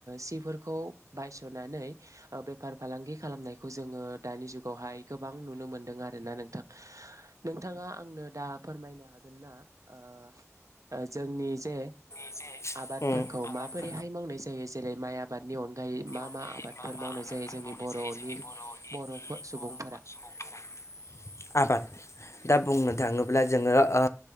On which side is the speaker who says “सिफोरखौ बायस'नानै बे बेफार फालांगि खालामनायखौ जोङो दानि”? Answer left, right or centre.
Right